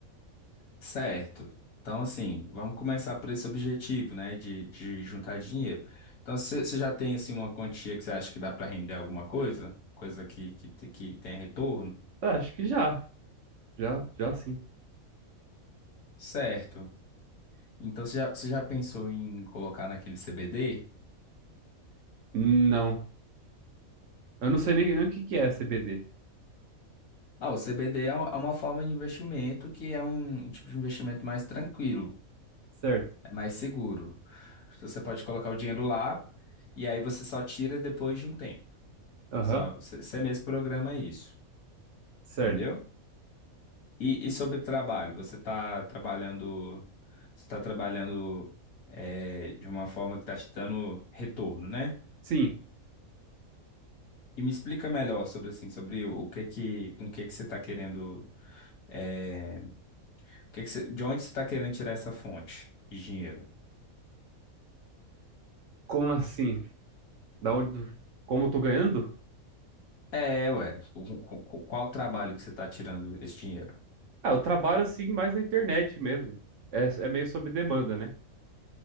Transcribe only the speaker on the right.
Tá, acho que já. Já, já sim.
Não. Eu não sei nem, nem o que que é C B D
Certo.
Aham.
Certo.
Sim.
Como assim? Da onde, como eu tô ganhando?
Ah, eu trabalho assim mais na internet mesmo. É, é meio sob demanda, né?